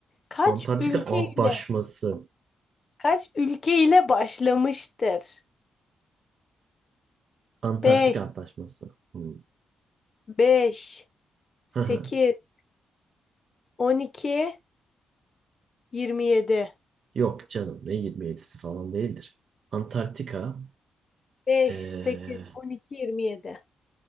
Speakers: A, on the left (about 30°); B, on the right (about 45°).
A: kaç
B: Antarktika
A: ülkeyle
B: Antlaşması.
A: kaç ülkeyle başlamıştır?
B: Antarktika
A: Beş,
B: Antlaşması. Hmm.
A: beş, sekiz,
B: Hı hı.
A: on iki, yirmi yedi.
B: Yok canım ne 27'si falan değildir. Antarktika.
A: Beş,
B: ee,
A: sekiz, on iki, yirmi yedi.